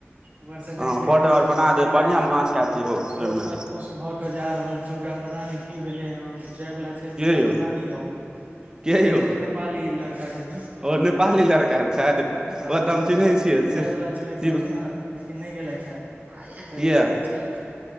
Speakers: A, on the right; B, on the right.
A: उपर से
B: हँ
A: देखै छै एखन
B: पट आओर
A: एगो
B: बना
A: छै
B: देब
A: लड़का
B: बढ़िआँ माछ हैत यौ ओहिमे
A: सेहो पूरा खुश भ के जा रहल छै ओकरा पता नहि की भेले जाय वालला छलखिन
B: के
A: ह
B: यौ
A: अपन नानी गाँंव
B: के
A: छथिन
B: यौ
A: एगो नेपाली लड़का छथिन अपने
B: ओ नेपाली
A: आदमी
B: लड़का छथि ओकरा
A: हँ
B: हम
A: तऽ
B: चिन्है
A: ओ
B: छियै
A: जाय
B: से शिव
A: वला छलथि हे नेहर लेकिन नहि गेलथि हे तऽ
B: किया
A: एयते छै